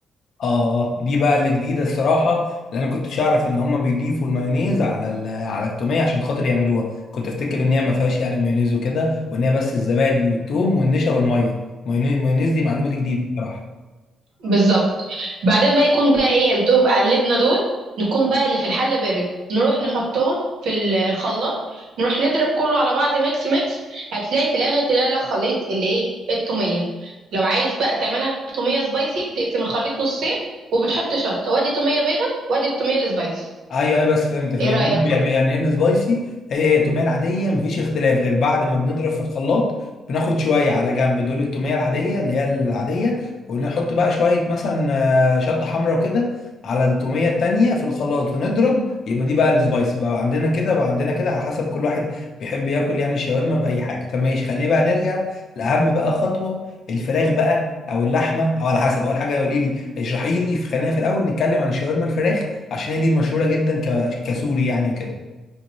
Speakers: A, on the left; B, on the right.
A: اه آه. دي بقى اللي جديده الصراحه لان انا كنتش اعرف ان هم بيضيفوا المايونيز على ال- على التوميه عشان خاطر يعملوها كنت افتكر ان هي ما فيهاش يعني مايونيز وكده وان هي بس الزبادي والثوم والنشا والميه مايوني- مايونيز دي معلومه دي جديده الصراحه
B: بالظبط بعدين بقى يكون بقى ايه الدوب قلبنا دول نكون بقى اللي في الحله بارد نروح نحطهم في الخلاط نروح نضرب كله على بعض ميكس ميكس هتلاقي في الاخر تلاقي لك خليط الايه التوميه لو عايز بقى تعملها توميه سبايسي بتقسم الخليط نصين وبتحط شطه وادي توميه بيضه وادي التوميه السبايسي
A: ايوه ايوه بس فهمت فهمت
B: ايه رايك
A: يعني هم بيعمل يعني هي السبايسي هي هي التوميه العاديه مفيش اختلاف غير بعد ما بنضرب في الخلاط بناخد شويه على جنب دول التوميه العاديه اللي هي العاديه ونحط بقى شويه مثلا آه، شطه حمراء وكده على التوميه التانيه في الخلاط ونضرب يبقى دي بقى السبايسي بقى عندنا كده بقى عندنا كده على حسب كل واحد بيحب ياكل يعني الشاورما باي حاجه طب ماشي خلينا بقى نرجع لاهم بقى خطوه الفراخ بقى او اللحمه او على حسب اول حاجه قولي لي اشرحي لي خلينا في الاول نتكلم عن الشاورما الفراخ عشان هي دي المشهوره جدا ك... كسوري يعني وكده